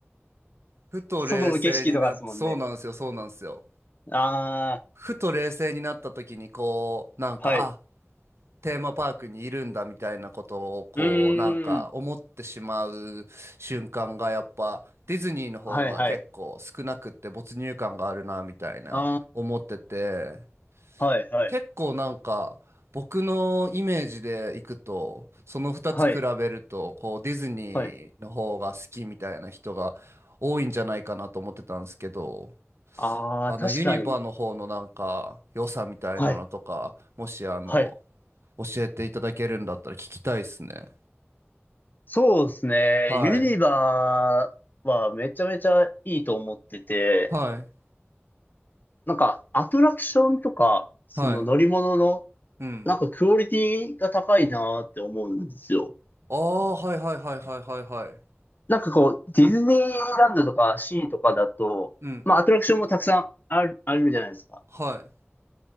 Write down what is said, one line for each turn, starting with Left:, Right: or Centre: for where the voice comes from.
Right: ふと冷静になって、
Left: 外の景色とかですもんね。
Right: そうなんですよ、そうなんですよ。
Left: あ
Right: ふと冷静になった時に、こう、なんか、
Left: あ、はい。
Right: あ、テーマパークにいるんだみたいなことをこうなんか思ってしまう瞬間がやっぱディズニーの方が結構少なくって没入感があるなみたいな思ってて
Left: うーん。はいはい。ああ、はいはい。
Right: 結構なんか僕のイメージでいくとその2つ比べるとこうディズニーの方が好きみたいな人が多いんじゃないかなと思ってたんですけど
Left: はい、はい。ああ、
Right: あのユニバの方のなんか良さみたいなのとかもしあの
Left: 確かに。はいはい。
Right: 教えていただけるんだったら聞きたいっすね。
Left: そうですね。
Right: はい。
Left: ユニバはめちゃめちゃいいと思ってて、
Right: はい。
Left: なんかアトラクションとか、その乗り物の、
Right: はい。うん。
Left: なんかクオリティが高いなって思うんですよ。
Right: ああ、はいはいはいはいはいはい。
Left: なんかこう、ディズニーランドとかシーとかだと、
Right: うん。
Left: まあアトラクションもたくさんある、あるじゃないですか。
Right: はい。